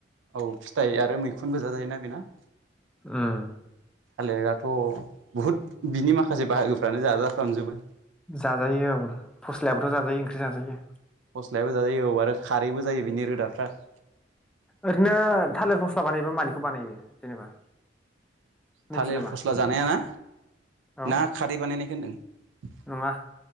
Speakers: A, on the right (about 80°); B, in the centre.
A: औ फिथाइ आरो मैखुनबो जाजायोना बेना।
B: <inaudible>
A: थालिराथ' बुहुद बिनि माखासे बाहागोफ्रानो जाजाफ्रामजोबो।
B: जाजायो औ फस्लायाबोथ' जाजायो ओंख्रि जाजायो।
A: फस्लायाबो जायो औ आरो खारैबो जायो बिनि रोदा ्रा <inaudible>
B: ओरैनो थालिर फस्ला बानायबा मानिखौ बानायो? जेनेबा मिथियो
A: थालिर
B: नामा
A: फस्ला जानायाना
B: औ
A: ना खारै बानायनायखौ होनदों?
B: नङा